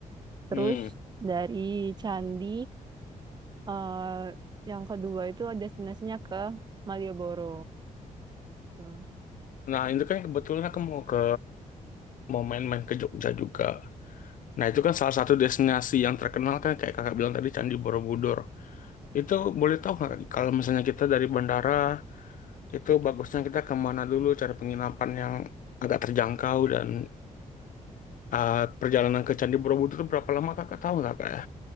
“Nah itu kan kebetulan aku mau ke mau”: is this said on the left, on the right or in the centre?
Left